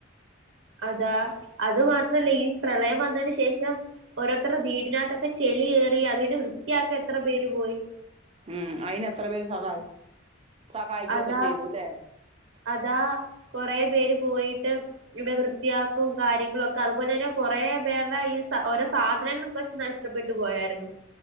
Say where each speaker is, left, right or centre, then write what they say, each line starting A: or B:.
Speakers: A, on the right; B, on the right.
A: അതാ അത് മാത്രല്ല ഈ പ്രളയം വന്നതിന് ശേഷം ഓരോരുത്തർടെ വീടിനകത്തൊക്കെ ചെളി കേറി അത് പിന്നെ വൃത്തിയാക്കാൻ എത്ര പേര് പോയി
B: ഉം അയിന് എത്ര പേര് സഹായി സഹായിക്കുവൊക്കെ
A: അതാ
B: ചെയ്തു അല്ലേ
A: അതാ കൊറേ പേര് പോയിട്ട് ഇവ വൃത്തിയാക്കും കാര്യങ്ങളൊക്കെ അതുപോലെ ന്നെ കൊറേ പേരുടെ ഈ സ ഓരോ സാധനങ്ങളും നഷ്ടപ്പെട്ടു പോയാരുന്നു